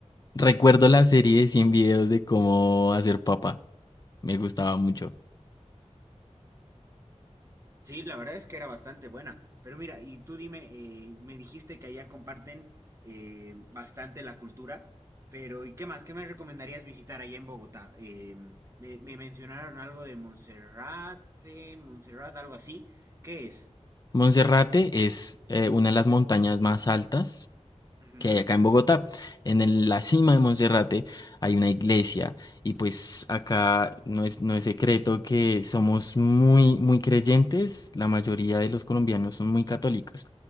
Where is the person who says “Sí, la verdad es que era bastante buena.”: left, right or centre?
Right